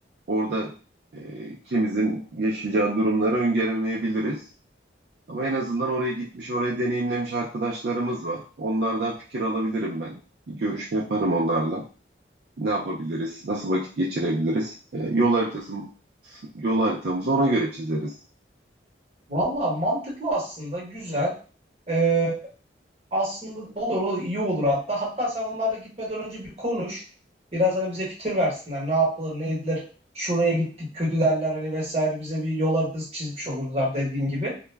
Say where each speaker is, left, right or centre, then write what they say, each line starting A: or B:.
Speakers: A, on the right; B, on the right.
A: orada e, ikimizin yaşayacağı durumları öngöremeyebiliriz. Ama en azından oraya gitmiş, oraya deneyimlemiş arkadaşlarımız var. Onlardan fikir alabilirim ben. Bir görüşme yaparım onlarla. Ne yapabiliriz? Nasıl vakit geçirebiliriz? E, yol haritası, yol haritamızı ona göre çizeriz.
B: Valla mantıklı aslında güzel. Ee, aslında olur olur, iyi olur hatta. Hatta sen onlarla gitmeden önce bir konuş. Biraz hani bize fikir versinler. Ne yapılır ne edilir. Şuraya gittik kötü derler hani vesaire bize bir yol haritası çizmiş olurlar dediğin gibi.